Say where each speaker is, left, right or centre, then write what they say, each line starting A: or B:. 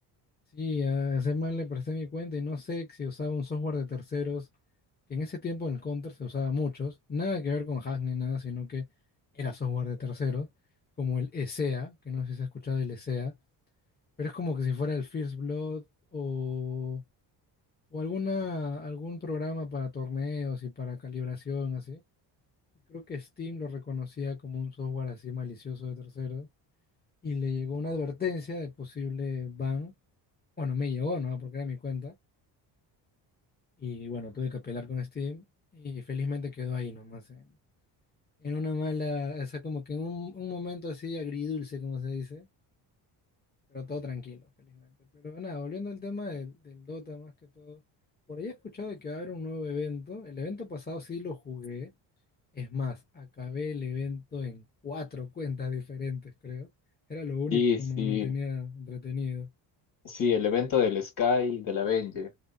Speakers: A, on the left (about 20°); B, on the left (about 50°).
A: Sí, a ese man le presté mi cuenta y no sé si usaba un software de terceros, que en ese tiempo en Counter se usaba muchos, nada que ver con hack ni nada, sino que era software de terceros, como el ESEA, que no sé si has escuchado el ESEA, pero es como que si fuera el First Blood o o alguna, algún programa para torneos y para calibración, así. Y creo que Steam lo reconocía como un software así malicioso de terceros y le llegó una advertencia de posible ban. Bueno, me llegó, ¿no? Porque era mi cuenta. Y bueno, tuve que apelar con Steam y felizmente quedó ahí nomás, en, en una mala, o sea, como que en un, un momento así agridulce, como se dice, Pero todo tranquilo, felizmente. Pero nada, volviendo al tema del, del Dota más que todo. Por ahí he escuchado de que va a haber un nuevo evento. El evento pasado sí lo jugué. Es más, acabé el evento en cuatro cuentas diferentes, creo. Era lo único
B: Sí,
A: como
B: sí,
A: me mantenía entretenido.
B: sí, el evento del Sky, de la Venge,